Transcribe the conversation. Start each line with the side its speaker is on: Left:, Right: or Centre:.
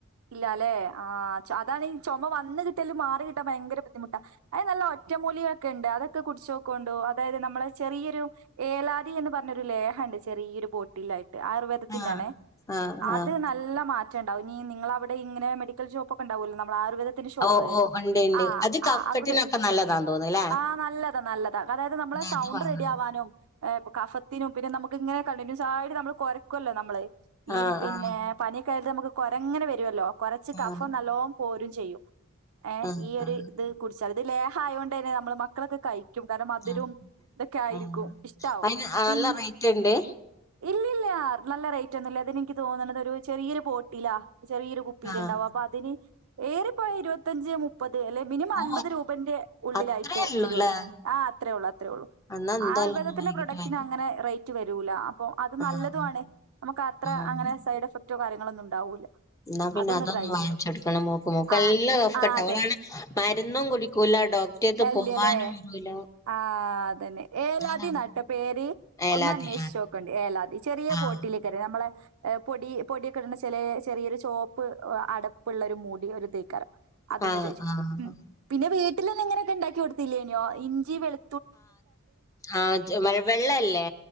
Right: ഇല്ല അല്ലെ ആഹ് അതാണ് ഈ ചുമ വന്നു കിട്ടിയാലും മാറി കിട്ടാൻ ഭയങ്കര ബുദ്ധിമുട്ടാ അത് നല്ല ഒറ്റമൂലികൊക്കെയിണ്ട് അതൊക്കെ കുടിച്ച് നോക്കോണ്ടോ അതായത് നമ്മള് ചെറിയൊരു ഏലാദി എന്ന് പറഞ്ഞൊരു ലേഹുണ്ട് ചെറിയൊരു ബോട്ടിലിലായിട്ട് ആയുർവേ ദത്തിന്റെ
Left: ആഹ്
Right: ആണേ
Left: ആഹ്
Right: അത്
Left: ആഹ്
Right: നല്ല മാറ്റം ഉണ്ടാകും നീ നിങ്ങള ഇവിടെ ഇങ്ങനെ മെഡിക്കൽ ഷോപ്പൊക്കെ ഉണ്ടാവല്ലോ നമ്മളെ ആയുർവേ ദത്തിന് ഷോപ്പ്
Left: ഓ ഓ ഉണ്ട് ഉണ്ട്
Right: ആ
Left: അത് കഫ്കെട്ടിനൊക്കെ
Right: അവിടെ
Left: നല്ലതാന്ന് തോന്നുന്നുല്ലേ
Right: ആഹ് നല്ലതാ നല്ല താ അതായത് നമ്മളെ
Left: ന്നാ
Right: സൗണ്ട്
Left: അത് വാങ്ങണം
Right: റെഡി ആവാനും കഫ ത്തിനും പിന്നെ നമുക്ക് ഇങ്ങനെ കണ്ടിന്യൂസ് ആയിട്ട് നമ്മൾ കൊരയ്ക്കുമല്ലോ നമ്മള് ഈ
Left: ആഹ്
Right: പിന്നെ
Left: ആഹ്
Right: പനിയൊക്കെ ആയിട്ട് നമുക്ക് കൊരങ്ങനെ വരുവല്ലോ കൊരച്ച്
Left: ആഹ്
Right: കഫം നല്ലോം പോരും ചെയ്യും ഏ
Left: ആഹ്
Right: ഈയൊരു
Left: ആഹ് ആഹ്
Right: ഇത് കുടിച്ചാൽ ഇത് ലേഹ ആയതോണ്ട് തന്നെ നമ്മൾ മ മക്കളൊക്കെ കഴിക്കും കാരണം മധുരം
Left: ആഹ്
Right: ഇതൊക്കെ ആയിരിക്കും
Left: ആഹ്
Right: ഇഷ്ടാവും
Left: അയിന് നല്ല
Right: പിന്നെ
Left: റേറ്റ് ഉണ്ട്
Right: ഇല്ലില്ല നല്ല റേറ്റ് ഒന്നുമല്ല അതിനെനിക്ക് തോന്നണത് ഒരു ചെറിയൊരു ബോട്ടില ചെറിയൊരു കുപ്പില്
Left: ആഹ്
Right: ഉണ്ടാവ അപ്പൊ അതിന് ഏറിപ്പോയ ഇരുപത്തഞ്ച് മു പ്പത് അല്ലെ മിനിമം
Left: ഓ
Right: അൻപത് രൂപന്റെ ഉള്ളിലായിട്ട്
Left: അത്രേ ഉള്ളൂല്ലേ
Right: വരുള്ളൂ ആ അത്രേ ഉള്ളൂ അത്രേ ഉള്ളു
Left: എന്നാ എന്തായാലും
Right: ആയുർവേദത്തിന്റെ
Left: ഒന്ന് വൈകിട്ട്
Right: പ്രൊഡക്റ്റിനങ്ങനെ
Left: വാങ്ങി
Right: റേ റ്റു വരൂല അപ്പൊ അത് നല്ലതു
Left: ആഹ്
Right: ആണ് നമുക്ക് അത്ര
Left: ആഹ്
Right: അങ്ങനെ സൈഡ് എഫക്റ്റോ കാര്യങ്ങളോ ഒന്നും ഉണ്ടാവൂല്ല
Left: എന്നാ പിന്നെ അതൊന്ന്
Right: ട്രൈ
Left: വായിച്ചെടുക്കണം
Right: ചെയ്തോ
Left: മോക്ക് മോക്ക്
Right: ആ
Left: എല്ലാം കഫ കെട്ട
Right: ആ അതെ
Left: ഓളാനെ മരുന്നും കുടിക്കൂല ഡോക്ടറത്ത് പോവാനും
Right: ഇല്ല്യല്ലേ
Left: വരൂല
Right: ആഹ് അതന്നെ ഏലാദി
Left: ഞാനാണ്
Right: നാട്ട പേര്
Left: ഏലാതി
Right: ഒന്ന് അന്വേഷിച്ച് നോക്കണ്ട് ഏലാതി ചെറിയ
Left: ആഹ്
Right: ബോട്ടിലേക്കറി നമ്മളെ എ പൊടി പൊടിയൊക്കെ ഇടുന്ന ചില ചെറിയൊരു ചുവപ്പ് അടപ്പുള്ള ഒരു മൂടി ഒരു തീക്കാറ അതൊന്ന്
Left: ആഹ്
Right: ചോദിച്ച
Left: ആഹ്
Right: ഉ പിന്നെ വീട്ടിൽന്നും ഇങ്ങനെയൊക്കെ ഉണ്ടാക്കി കൊടുത്തില്ലേനോ ഇഞ്ചി വെളു
Left: ആത് മഴ വെള്ളല്ലേ